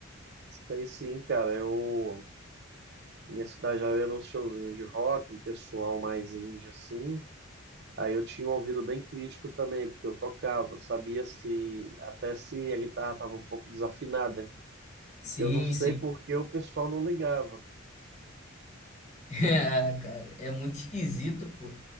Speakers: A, on the right; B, on the left.
A: Sei sim, cara. Eu, minha cidade já era um showzinho de rock, um pessoal mais indie assim. Aí eu tinha um ouvido bem crítico também, porque eu tocava, eu sabia se até se a guitarra estava um pouco desafinada.
B: Sim,
A: Eu não sei
B: sim.
A: por que o pessoal não ligava.
B: É, cara, é muito esquisito, pô.